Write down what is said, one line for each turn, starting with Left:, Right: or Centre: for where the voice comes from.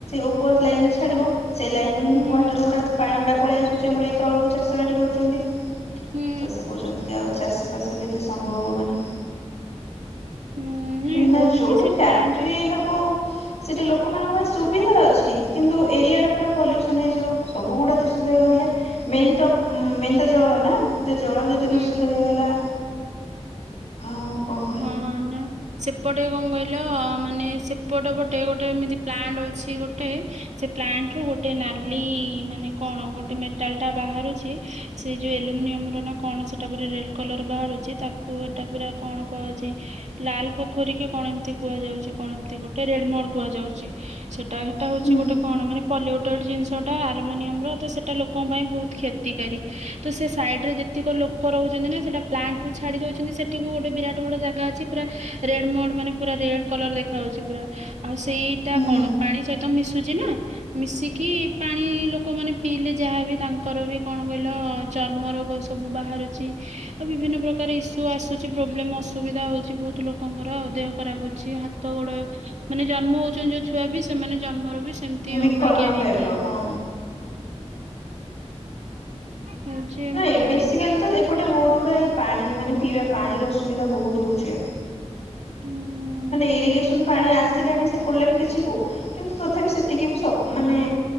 Left: ଉପରେ ଲାଇନ୍ ରେଝାଡିବ ୱାଟର
Right: ହୁଁ
Left: ଗୁଡା ପାଣି ଗୁଡା ପଳେଇ ଆସୁଛି ଆମର ଏଇତଳକୁ ଚାଷ ବାଟି କରୁଛନ୍ତି।
Right: ହୁଁ
Left: ତ ସେ କହୁଛନ୍ତି କି ଆଉ ଚାଷବାସ ବି ଏତେ ସମ୍ଭବ ହବନି।
Right: ହୁଁ ନାଇଁ
Left: କାହିଁକି ନା
Right: ହଉଛି
Left: ଯୋଉଠି
Right: ସେ
Left: ଫ୍ୟାକ୍ଟ୍ରି
Right: ପ୍ଲାଣ୍ଟ
Left: ହବ ସେଠି ଲୋକମାନଙ୍କ ପାଇଁ ସୁବିଧା ଅଛି କିନ୍ତୁ ଏରିଆ ଟା ପୁରା ପଲ୍ୟୁସନ ହେଇଯିବ। ସବୁଗୁଡା ଦୁଚିତ। କୁ ଗଲେ
Right: ହୁଁ
Left: ମେହ ଉ ମେହନ୍ତ ଜଳ ନା? ଏତେ ଜଳ ଯଦି
Right: ହୁଁ
Left: ଦୂଷିତ ହେଇଗଲା ଆଉ କନ।
Right: ହଁ ନା ସେପଟେ କଣ କହିଲ ମାନେ ସେପଟ ପଟ ଗୋଟେ ଗୋଟେ ଏମତି ପ୍ଲାଣ୍ଟ ଅଛି ଗୋଟେ ସେ ପ୍ଲାଣ୍ଟ ରୁ ଗୋଟେ ନାଲି ମାନେ କଣ ଗୋଟେ ଟେଲ ଟା ବାହାରୁଛି ସେ ଯୋଉ ଆଲୁମିନିୟମ ର ନା କଣ ସେଟା ଉପରେ ରେ କଲର ବାହାରୁଛି ତା କୁଅଟା ପୁରା କଣ କୁହଛି। ଲାଲ ପୋଖରୀ କଣ ଏମିତି କୁହାଯାଉଛି କଣ ଏମତି ଗୋଟେ ରେଡମଡ କୁହାଯାଉଛି। ସେଟା ସେଟା ହଉଛି
Left: ହୁଁ
Right: ଗୋଟେ କଣ ମାନେ ପଲ୍ୟୁଟେଡ଼୍ ଜିନିଷଟା ଆଲୁମିନିୟମର ତ ସେଇଟା ଲୋକଙ୍କ ପାଇଁ ବହୁତ କ୍ଷତିକାରୀ। ତ ସେ ସାଇଡ଼ରେ ଯେ ଅତିକ ଲୋକ ରହୁଛନ୍ତି ନା ସେଟା ପ୍ଲାଣ୍ଟ ରୁ ଛାଡି ଦଉଛନ୍ତି ସେଠିକୁ ଗୋଟେ ବିରାଟ ବଟ ବଡ ଜାଗା ଅଛି ପୁରା ରେଡ ମୋଡ ମାନେ ପୁରା ରେଡ କଲର ଦେଖାହାଉଉଛି ପୁରା। ଆଉ ସେଇଟା
Left: ହୁଁ
Right: କଣ ପାଣି ସହିତ ମିଶୁଛି ନା ମିଶିକି ପାଣି ଲୋକମାନେ ପିଇଲେ ଯାହାବ ତାଙ୍କର ବି କଣ କହିଲ ଚର୍ମ ରୋଗ ଏ ସବୁ ବାହାରୁଛି ଆଉ ବିଭିନ୍ନ ପ୍ରକାର ଇସୁ ଆସୁଛି ପ୍ରୋବ୍ଲେସ ସୁବିଧା ହଉଛି ବହୁତ ଲୋକଙ୍କର ଦେହ ଖରାପ ଅଉଛି ହାତ ଗୋଡ ମାନେ ଜନ୍ମ ହଉଛନ୍ତି ଯୋଉ ଛୁଆ ବି ସେମାନେ ଜନ୍ମର ବି ସେମିତି
Left: ବିକଳାଙ୍ଗ
Right: ଅବାକିଆ ହେଇକି
Left: ଟାଇପ ର ହଁ।
Right: ହଉଛି ଏମିତି
Left: ନାଇଁ ବେସିକାଲି
Right: ଆଉ।
Left: ତ ଏପଟେ ବହୁତ ଗୁଡା ଏଇ ପାଣି ମାନେ ପିଇବା ପାଣିର ଅସୁବିଧା ବହୁତ ହଉଛେ।
Right: ହୁଁ
Left: ମାନେ ଇରିଗେସନ ପାଣି ଆସିଲାଣି ସେ ପଡିଲାଣି କିଛି କୁ। କିନ୍ତୁ ତଥାପି ସେତିକି ବି ସ ମାନେ